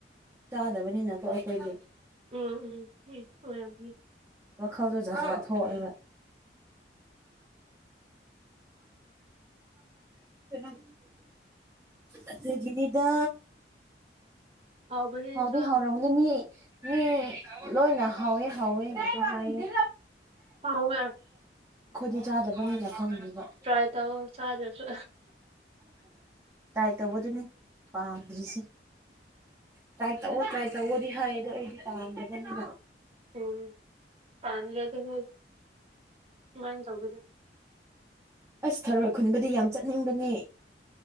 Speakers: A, on the right; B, on the right.
A: ꯆꯥꯗꯕꯅꯤꯅꯀꯣ ꯑꯩꯈꯣꯏꯗꯤ
B: ꯎꯝ ꯎꯝ ꯎꯝ ꯑꯣꯏ ꯌꯥꯝ
A: ꯋꯥꯈꯜꯗꯣ ꯖꯥꯠ ꯖꯥꯠ ꯊꯣꯛꯏꯕ <inaudible> ꯑꯗꯨꯒꯤꯅꯤꯗ
B: ꯍꯥꯎꯕꯅꯦ
A: ꯍꯥꯎꯗꯤ
B: ꯆꯥꯎ
A: ꯍꯥꯎꯔꯝꯒꯅꯤ ꯃꯤ ꯃꯤ ꯂꯣꯏꯅ ꯍꯥꯎꯋꯦ ꯍꯥꯎꯋꯦ ꯍꯥꯏꯌꯦ
B: ꯍꯥꯎꯋꯦ
A: ꯑꯩꯈꯣꯏꯗꯤ ꯆꯥꯗꯕꯅꯤꯅ ꯈꯪꯗꯦꯕ
B: ꯇꯔꯥꯏ ꯇꯧ ꯆꯥꯗꯔꯁꯨ
A: ꯇ꯭ꯔꯥꯏ ꯇꯧꯕꯗꯨꯅꯦ ꯄꯥꯝꯗ꯭ꯔꯤꯁꯦ ꯇ꯭ꯔꯥꯏ ꯇꯧꯑꯣ ꯇ꯭ꯔꯥꯏ ꯇꯧꯑꯣꯗꯤ ꯍꯥꯏꯌꯦ ꯑꯗꯣ ꯑꯩꯗꯤ ꯄꯥꯝꯗꯕꯅꯤꯅ
B: ꯎꯝ ꯄꯥꯝꯗꯔꯥ ꯗꯤ ꯍꯣꯏ ꯀꯃꯥꯏ ꯇꯧꯒꯅꯤ
A: ꯑꯁ ꯊꯔꯣꯏ ꯈꯨꯟꯕꯨꯗꯤ ꯌꯥꯝ ꯆꯠꯅꯤꯡꯕꯅꯦ